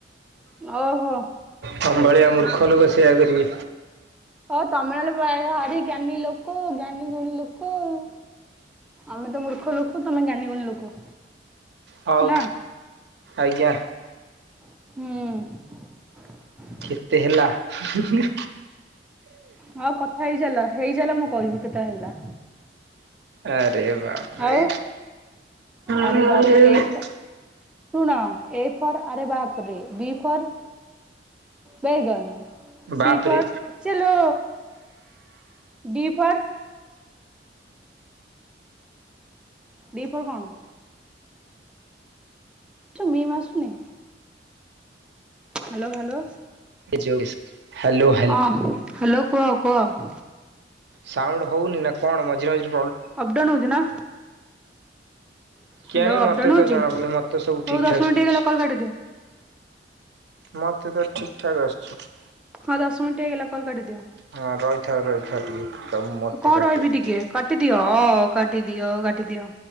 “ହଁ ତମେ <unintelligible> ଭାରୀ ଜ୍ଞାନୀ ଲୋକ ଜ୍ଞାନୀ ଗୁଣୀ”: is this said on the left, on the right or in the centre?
Centre